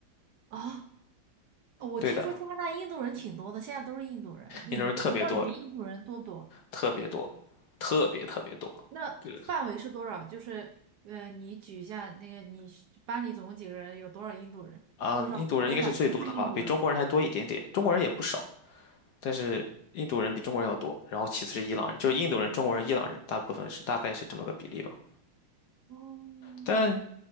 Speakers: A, on the right; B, on the left.
A: 啊、我听说加拿大印度人挺多的，
B: 对的。
A: 现在都是印度人。你们学校里面印度人多不多？
B: 印度人特别多，特别多，特别特别多。
A: 那范围是多少？
B: 对
A: 就是，呃，你举一下那个你是班里总共几个人，有多少印度人？
B: 啊，
A: 多少多少不是印度人？
B: 印度人应该是最多的吧，比中国人还多一点点。中国人也不少，但是印度人比中国人要多。然后其次是伊朗人，就是印度人、中国人、伊朗人，大部分是大概是这么个比例吧。
A: 哦，
B: 但